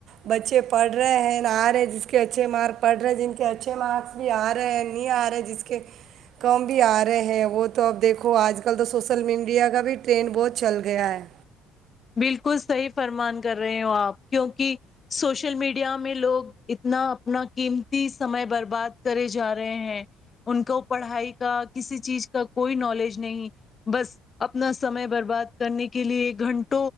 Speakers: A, on the right (about 50°); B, on the left (about 35°).
A: بچے پڑھ رہے ہیں آ رہے ہیں جس کے اچھے مارک پڑھ رہے ہیں جن کے اچھے مارکس بھی آ رہے ہیں نہیں آ رہے جس کے کم بھی آ رہے ہیں وہ تو اب دیکھو آج کل تو سوسل میڈیا کا بھی ٹرینڈ بہت چل گیا ہے
B: بالکل صحیح فرمان کر رہے ہو آپ کیونکہ سوشل میڈیا میں لوگ اتنا اپنا قیمتی سمے برباد کرے جا رہے ہیں ان کو پڑھائی کا کسی چیز کا کوئی نالج نہیں بس اپنا سمے برباد کرنے کے لیے گھنٹ